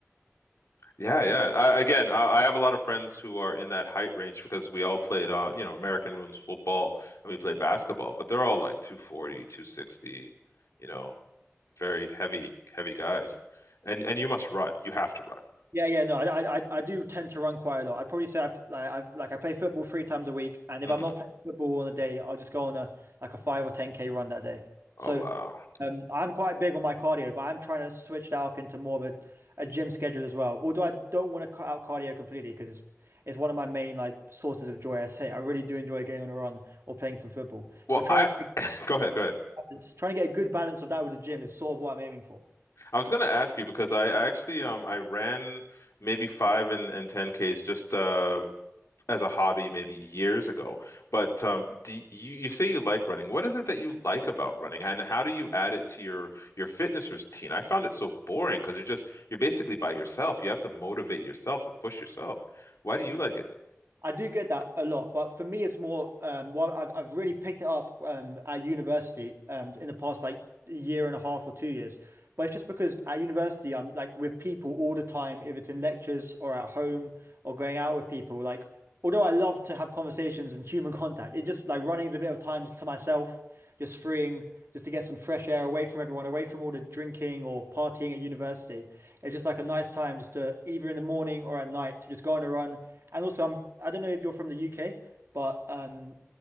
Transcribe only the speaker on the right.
Yeah, yeah, no, I, I, I I do tend to run quite a lot. I'd probably say I p- like I like I play football three times a week, and
if I'm not playing football on a day, I'll just go on a like a five or ten K run that day.
So,
um, I'm quite big on my cardio, but I'm trying to switch that up into more of a, a gym schedule as well. Although I don't want to cut out cardio completely because it's it's one of my main like sources of joy. I say I really do enjoy going on a run or playing some football,
but trying
to get a
balance, trying to get a good balance of that with the gym is sort of what I'm aiming for.
I do get that a lot, but for me, it's more um, well, I've I've really picked it up um, at university um, in the past like a year and a half or two years. But it's just because at university, I'm like with people all the time, if it's in lectures or at home or going out with people. Like, although I love to have conversations and human contact, it just like running is a bit of time just to myself just freeing, just to get some fresh air away from everyone, away from all the drinking or partying at university. It's just like a nice time just to either in the morning or at night to just go on a run. And also, I'm, I don't know if you're from the UK, but um,